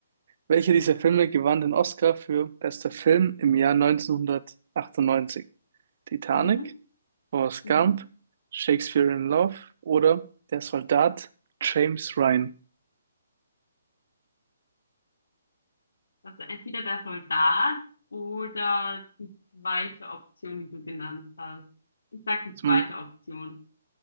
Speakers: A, on the right (about 55°); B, on the left (about 80°).
A: Welcher dieser Filme gewann den Oscar für bester Film im Jahr 1998? Titanic,
B: Mhm,
A: Forrest
B: mhm.
A: Gump, Shakespeare in Love oder Der Soldat James Ryan?
B: Also entweder der Soldat oder die zweite Option, die du genannt hast. Ich sag die
A: Also
B: zweite
A: man-
B: Option.